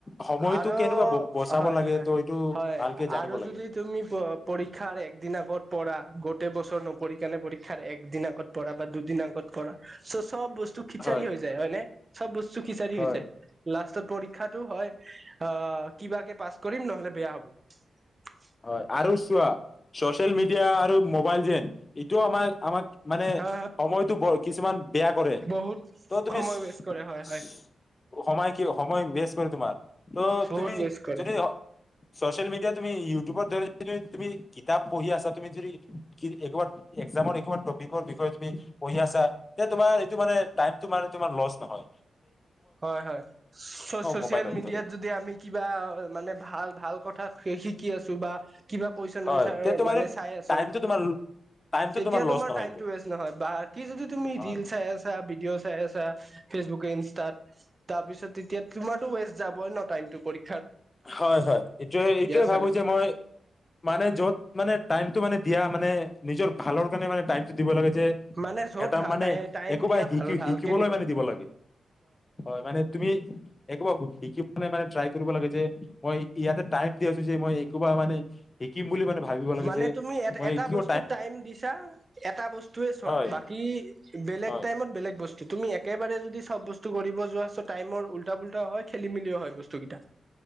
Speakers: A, on the left (about 35°); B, on the right (about 35°).
A: সময়টো
B: আৰু
A: কেনেকুৱা ব বচাব
B: হয়
A: লাগে
B: হয় হয়
A: ত' এইটো
B: হয়
A: ভালকে জানিব
B: আৰু
A: লাগে।
B: যদি তুমি পৰীক্ষাৰ একদিন আগত পঢ়া গো টেই বছৰ নপঢ়িকিনে পৰী ক্ষাৰ একদিন আগত পঢ়া বা দুদিন আগত পঢ়া। চব বস্তু খিচাৰি
A: হয়।
B: হৈ যায়। হয় নে? চব বস্তু খিচাৰি
A: হয়
B: হৈছে লাষ্টত পৰীক্ষাটো হয় অ কিবাকে পাছ কৰিম নহলে বেয়া হ'ব। <unintelligible>
A: হয় আৰু চোৱা চচিয়েল মিডিয়া আৰু মোবাইল যেন এইটোও আমাৰ আমাক মানে
B: হা
A: সময়তো কিছুমান বেয়া কৰে
B: বহুত
A: ।ত' তুমি
B: সময়
A: চ
B: ৱেষ্ট কৰে হয় হয়
A: ইচ সময় সময় বেচ কৰে তোমাৰ ত'
B: বহুত
A: তুমি
B: ৱেষ্ট কৰে।
A: যদি চচিয়েল মিডিয়া তুমি ইউ তুমি কিতাপ পঢ়ি আছা, তুমি যদি একবাৰে এক্সামৰ একবাৰ টপিকৰ বিষয়ে তুমি পঢ়ি আছা, ত তোমাৰ এইটো মানে টাইমটো মানে তোমাৰ লষ্ট নহই।
B: হয় হয়, ছ ছচিয়েল
A: মোবাইলত
B: মিডিয়াত
A: ধৰি
B: যদি আমি কিবা মানে ভাল ভাল কথা শি শি কি আছো বা। কিবা কুৱেশচন
A: হয়
B: এনচাৰ
A: তে তোমাৰ
B: মানে চাই আছো,
A: টাইমটো তোমাৰ টাইমটো
B: তেতিয়া
A: লছ
B: তোমাৰ
A: নহয়
B: টাইম
A: এইটো
B: টো ৱেষ্ট নহয় বাকী যদি তুমি
A: হয়
B: ৰিল চাই আছা ভিডিঅ' চাই আছা। ফেচবুকে, ইনষ্টাত তাৰপিছত তেতিয়া তোমাৰো ৱেষ্ট যাবই ন টাইমটো কৰি।
A: হয় হয়, এটোৱে এইটোৱে
B: চালে
A: ভাবো যে মই মানে যত মানে টাইমটো মানে। এতিয়া মানে নিজৰ ভালৰ কাৰণে মানে টাইমটো দিব লাগে।
B: মানে য'ত
A: এটা মানে
B: টাইম
A: একোবাই
B: দিয়া
A: শিকি
B: ভাল ভালকে
A: শিকিবলৈ মানে দিব লাগে। হয়, মানে তুমি একোবা শিকিব। মানে মানে ত্ৰাই কৰিব লাগে যে। মই ইয়াতে টাইম দি আছো যে, মই একোবা মানে শিকিম বুলি মানে ভাবিব লাগে
B: মানে
A: যে
B: তুমি এট
A: মই
B: এটা
A: কিয়
B: বস্তুত টাইম দিছা এটা বস্তুৱে চোৱা
A: হয়
B: বাকি বেলেগ
A: হয়
B: টাইমত বেলেগ বস্তু তুমি একেবাৰে যদি চব বস্তু কৰিব যোৱা, চ টাইমৰ উল্টা পুল্টাও হয়, খেলি মেলিও হয় বস্তু কেইটা।